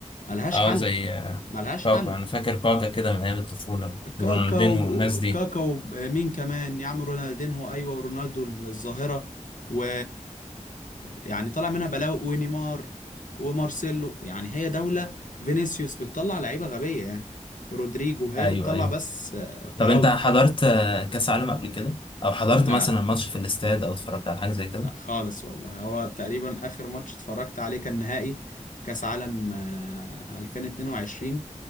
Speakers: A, on the left (about 80°); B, on the left (about 40°).
A: ملهاش
B: اه
A: حل
B: زي آه،
A: ملهاش
B: كاكا
A: حل
B: انا فاكر كاكا كده من ايام الطفولة
A: كاكا
B: ورونالدينو والناس دي
A: كاكا مين كمان يا عم رونالدينهو ايوه ورونالدو الظاهره و يعني طلع منها بلاوي ونيمار ومارسيلو يعني هي دوله فينيسيوس بتطلع لعيبه غبيه يعني ورودريجو هي
B: ايوه
A: بتطلع
B: ايوه
A: بس فراوده
B: طب انت حضرت آه، كاس عالم قبل كده او حضرت
A: لا
B: مثلا
A: لا
B: ماتش في الاستاد او اتفرجت على حاجه زي كده
A: لا خالص والله هو تقريبا آخر ماتش اتفرجت عليه كان نهائي كأس عالم آه، 2022